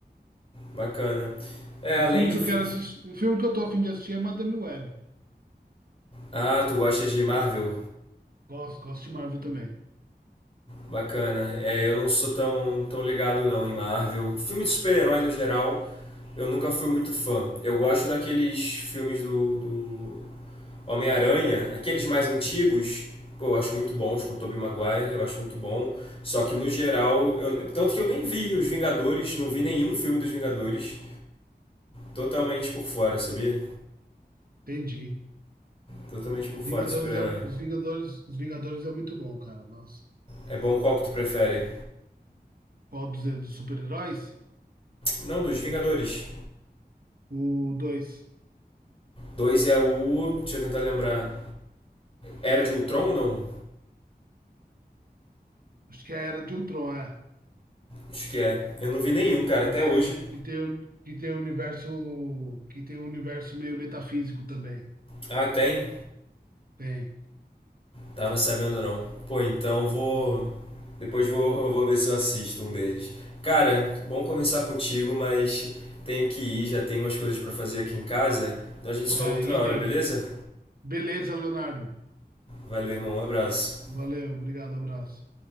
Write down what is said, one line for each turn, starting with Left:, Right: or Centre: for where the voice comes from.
Left: Bacana. É,
Right: Um
Left: além
Right: filme
Left: de
Right: que
Left: fic...
Right: eu quero assistir, um filme que eu tô a fim de assistir é Madame Web.
Left: Ah, tu gosta de Marvel?
Right: Gosto, gosto de Marvel também.
Left: Bacana. É, eu não sou tão, tão ligado não em Marvel. Filme de super-herói no geral, eu nunca fui muito fã. Eu gosto daqueles filmes do, do Homem-Aranha, aqueles mais antigos. Pô, eu acho muito bons, com o Tobey Maguire, eu acho muito bom. Só que no geral, eu- tanto que eu nem vi os Vingadores, não vi nenhum filme dos Vingadores. Totalmente por fora, sabia?
Right: Entendi.
Left: Totalmente por
Right: Vingadores
Left: fora de super-herói.
Right: é, os Vingadores, os Vingadores é muito bom, cara. Nossa.
Left: É bom qual que tu prefere?
Right: Qual dos, dos super-heróis?
Left: Não, dos Vingadores.
Right: O dois
Left: Dois é o. Deixa eu tentar lembrar. Era de Ultron não?
Right: Acho que era de Ultron, é.
Left: Acho que é. Eu não vi nenhum, cara,
Right: Que
Left: até
Right: tem,
Left: hoje.
Right: o- que tem, o- que tem o universo. Que tem o universo meio metafísico também.
Left: Ah, tem?
Right: Tem.
Left: Tava sabendo não. Pô, então vou.
Right: Uhum.
Left: Depois vou, <laughs> vou ver se eu assisto um deles. Cara, bom conversar contigo, mas tenho que ir, já tenho umas coisas pra fazer aqui em casa. Então a gente se
Right: É,
Left: fala outra
Right: idem.
Left: hora, beleza?
Right: Beleza, Leonardo.
Left: Valeu, irmão, um abraço.
Right: Valeu, obrigado, abraço.